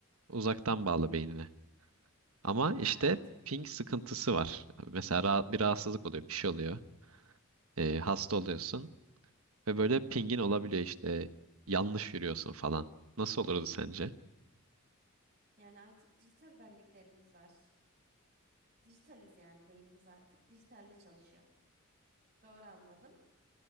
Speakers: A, on the right; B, on the right.
A: uzaktan bağlı beynine. Ama
B: Yani
A: işte
B: artık
A: ping sıkıntısı var. Mesela ra- bir rahatsızlık oluyor, bir şey oluyor. Ee, hasta oluyorsun ve böyle pingin olabiliyor işte yanlış yürüyorsun falan. Nasıl olurdu sence?
B: yani artık dijital benliklerimiz var. Dijitaliz yani beynimiz artık dijitalde çalışıyor. Doğru anladım.